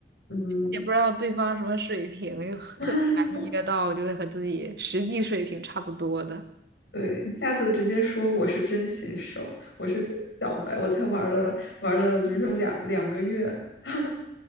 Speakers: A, on the left; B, on the right.
A: 嗯，
B: 也不知道对方什么水平，就特别难约到，
A: <laughs>
B: 就是和自己实际水平差不多的。
A: 对，下次直接说我是真新手，我是真小白，我才玩了玩了，比如说两两个月，<laughs> 大